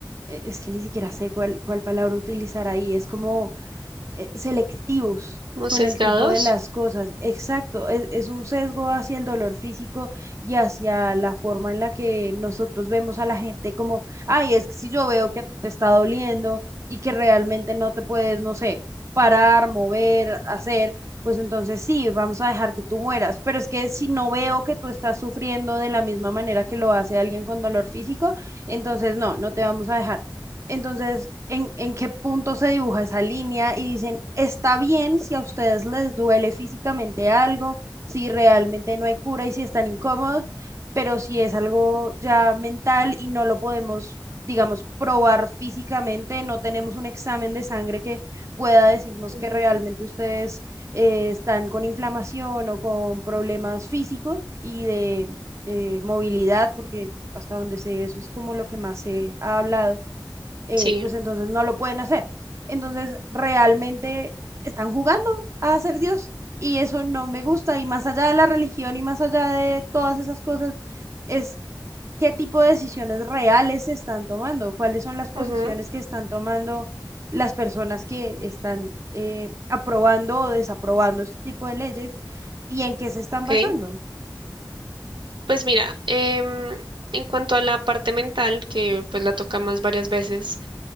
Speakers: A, on the right (about 40°); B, on the right (about 85°).
A: eh, es que ni siquiera sé cuál, cuál palabra utilizar ahí, es como eh, selectivos
B: Como
A: con
B: sesgados.
A: el tipo de las cosas. Exacto, es, es un sesgo hacia el dolor físico y hacia la forma en la que nosotros vemos a la gente como, ay, es que si yo veo que te está doliendo y que realmente no te puedes, no sé, parar, mover, hacer. Pues entonces sí, vamos a dejar que tú mueras. Pero es que si no veo que tú estás sufriendo de la misma manera que lo hace alguien con dolor físico, entonces no, no te vamos a dejar. Entonces, ¿en, en qué punto se dibuja esa línea? Y dicen, está bien si a ustedes les duele físicamente algo, si realmente no hay cura y si están incómodos, pero si es algo ya mental y no lo podemos, digamos, probar físicamente, no tenemos un examen de sangre que pueda decirnos
B: Ujú.
A: que realmente ustedes eh, están con inflamación o con problemas físicos y de eh, movilidad, porque hasta donde sé, eso es como lo que más se ha hablado eh,
B: Sí.
A: pues entonces no lo pueden hacer. Entonces, realmente están jugando a ser Dios y eso no me gusta. Y más allá de la religión y más allá de todas esas cosas, es qué tipo de decisiones reales se están tomando, cuáles son las posiciones
B: Ujú.
A: que están tomando las personas que están eh, aprobando o desaprobando este tipo de leyes y en qué se están
B: Ok,
A: basando.
B: pues mira, em, en cuanto a la parte mental, que pues la tocamos varias veces,